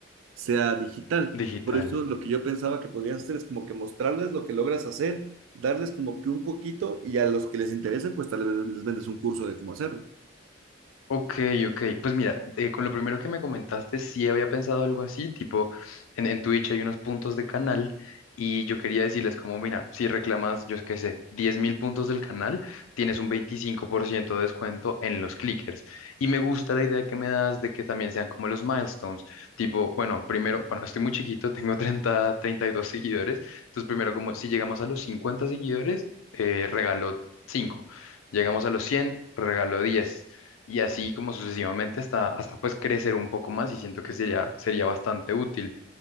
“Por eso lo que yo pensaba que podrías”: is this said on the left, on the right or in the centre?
Right